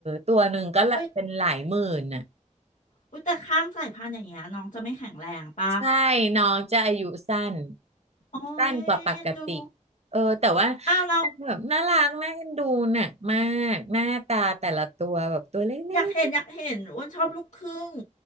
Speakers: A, on the right; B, on the left.
A: ตัวหนึ่งก็ละเป็นหลายหมื่นอ่ะ
B: เว้ยอุ้ยแต่ข้ามสายพันธุ์อย่างเงี้ยน้องจะไม่แข็งแรงปะ
A: ใช่ น้องจะอายุสั้น
B: โอ้ยเอ็นดู
A: สั้นกว่าปกติ เออแต่ว่า
B: อ้าวเรา
A: แบบน่ารักน่าเอ็นดูน่ะมาก หน้าตาแต่ละตัวแบบตัวเล็ก
B: อยากเห็นอยากเห็นอ้วนชอบลูกครึ่ง